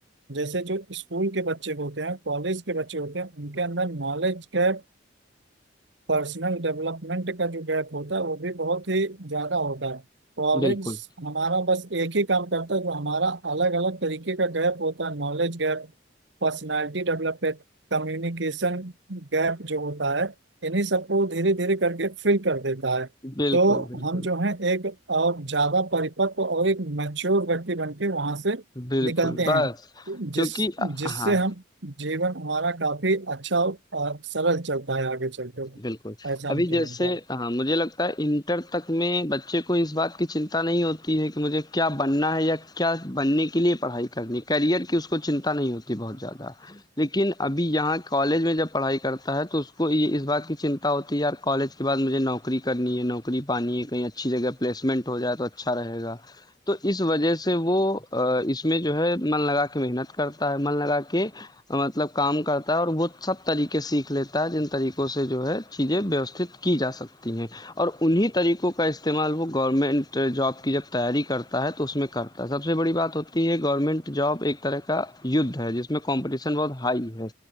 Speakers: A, on the right; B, on the left.
A: जैसे जो स्कूल के बच्चे होते हैं कॉलेज के बच्चे होते हैं उनके अंदर नॉलेज गैप पर्सनल डेवलपमेंट का जो गैप होता है वो भी बहुत ही ज्यादा होता है कॉलेज
B: बिल्कुल,
A: हमारा बस एक ही काम करता है जो हमारा अलग अलग तरीके का गैप होता है knowledge gap personality development communication gap जो होता है इन्हीं सबको धीरे धीरे करके फिल कर देता है
B: बिल्कुल,
A: तो
B: बिल्कुल,
A: हम जो है एक और ज्यादा परिपक्व और एक मैच्योर व्यक्ति बन के वहां से
B: बिल्कुल,
A: निकलते हैं
B: बस क्योंकि
A: जिस
B: अ,
A: जिससे
B: हाँ,
A: हम जीवन हमारा काफी अच्छा और अ, सरल चलता है आगे चलकर
B: बिल्कुल।
A: ऐसा
B: अभी
A: मुझे
B: जैसे
A: लगता है
B: हाँ, मुझे लगता है इंटर तक में बच्चे को इस बात की चिंता नहीं होती है कि मुझे क्या बनना है या क्या बनने के लिए पढ़ाई करनी है, करियर की उसको चिंता नहीं होती बहुत ज़्यादा। लेकिन अभी यहाँ कॉलेज में जब पढ़ाई करता है तो उसको ये इस बात की चिंता होती है यार कॉलेज के बाद मुझे नौकरी करनी है, नौकरी पानी है, कहीं अच्छी जगह प्लेसमेंट हो जाए तो अच्छा रहेगा। तो इस वजह से वो अ, इसमें जो है मन लगा के मेहनत करता है मन लगा के अ, मतलब काम करता है और वो सब तरीके सीख लेता है जिन तरीकों से जो है चीज़ें व्यवस्थित की जा सकती हैं और उन्हीं तरीकों का इस्तेमाल वो गवर्नमेंट जॉब की जब तैयारी करता है तो उसमें करता है सबसे बड़ी बात होती है गवर्नमेंट जॉब एक तरह का युद्ध है जिसमें कंपटीशन बहुत हाई है